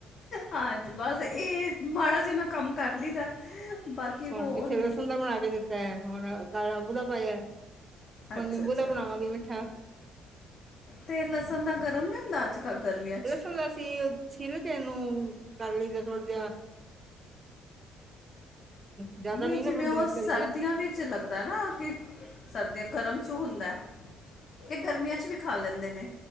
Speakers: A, on the left; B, on the right.
A: ਹਾਂਜੀ, ਬਸ ਇਹ ਮਾੜਾ ਜਿਨਾ ਕੰਮ ਕਰ ਲਈਦਾ। ਬਾਕੀ
B: ਹੁਣ
A: ਹੋਰ
B: ਕਿੱਥੇ
A: ਨਹੀਂ
B: ਲਸਣ ਦਾ ਬਣਾ ਕੇ ਦਿੱਤਾ, ਹੈ ਹੁਣ ਕਲ ਅੰਬ ਦਾ ਪਾਇਆ। ਹੁਣ
A: ਅੱਛਾ
B: ਨਿੰਬੂ
A: ਅੱਛਾ
B: ਦਾ ਬਣਾਵਾਂਗੇ ਮਿੱਠਾ।
A: ਤੇ ਲਸਣ ਤਾਂ ਗਰਮ ਹੁੰਦਾ ਅੱਜ ਕੱਲ ਗਰਮੀਆਂ। 'ਚ
B: ਲਸਣ ਦਾ ਅਸੀ ਛਿਲ ਕੇ ਏਨੂੰ ਕਰ ਲਈਦਾ ਥੋੜ੍ਹਾ ਜਹਾ ਜ਼ਿਆਦਾ
A: ਨਈ
B: ਨੀ ਨਾ
A: ਜਿਵੇਂ
B: ਬਰੀਕ
A: ਉਹ ਸਰਦੀਆਂ
B: ਕਰੀਦਾ
A: ਵਿੱਚ ਲੱਗਦਾ ਨਾ ਕਿ ਸਰਦੀਆਂ ਗਰਮ ਜੋ ਹੁੰਦਾ ਕਿ ਗਰਮੀਆਂ ਚ ਵੀ ਖਾ ਲੈਂਦੇ ਨੇ।